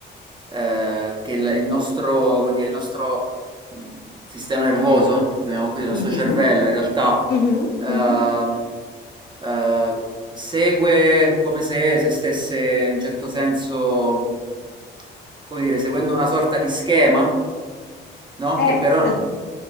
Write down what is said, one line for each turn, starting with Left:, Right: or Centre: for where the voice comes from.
Right: eh, che il, il nostro, come dire, il nostro mh, sistema nervoso, chiamiamolo così, il nostro
Left: Mhm,
Right: cervello, in realtà
Left: mhm,
Right: eh,
Left: mhm.
Right: eh, segue come se, se stesse in un certo senso, come dire, seguendo una sorta di schema, no?
Left: Eh,
Right: Che però
Left: eh,